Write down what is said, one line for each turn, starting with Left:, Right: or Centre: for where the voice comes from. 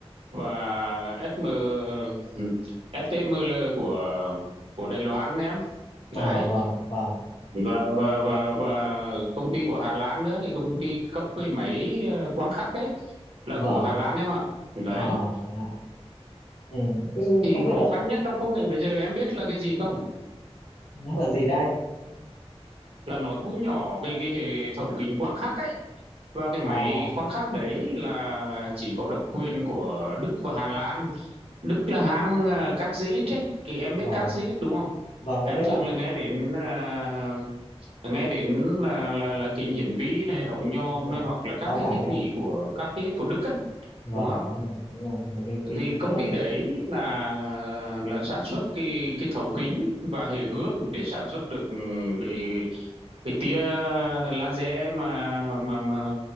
Right: và SM ừ, ST Müller của của Đài Loan đấy em
Left: à
Right: đấy
Left: vâng vâng
Right: và và và và công ty của Hà Lan nữa thì công ty cấp cái máy ờ, quang khắc đấy là
Left: vâng
Right: của Hà Lan em ạ đấy
Left: à thế ạ ừ thế
Right: thì
Left: không biết
Right: khó
Left: là
Right: khăn nhất trong công nghệ bây giờ em biết là cái gì không
Left: nó là gì đấy anh
Right: là nó thu nhỏ cái cái hệ thấu kính quang khắc ấy và cái
Left: à
Right: máy quang khắc đấy là chỉ có độc quyền của Đức và Hà Lan Đức là hãng ờ, Các ấy thì em
Left: vâng
Right: biết Các đúng không
Left: Vâng, em
Right: em
Left: biết
Right: thường
Left: ạ.
Right: là nghe đến à, nghe đến là là là kính hiển vi này ống nhòm
Left: Đúng rồi.
Right: này hoặc là các
Left: Có
Right: cái
Left: phải
Right: thiết
Left: đấy
Right: bị
Left: ạ.
Right: của các cái của Đức ấy
Left: Vâng,
Right: đúng không
Left: đúng rồi. Đúng rồi. Mấy cái kính...
Right: thì công
Left: ờ,
Right: ty đấy là là sản xuất cái cái thấu kính và hệ gương để sản xuất được ừ, cái cái tia laser mà mà mà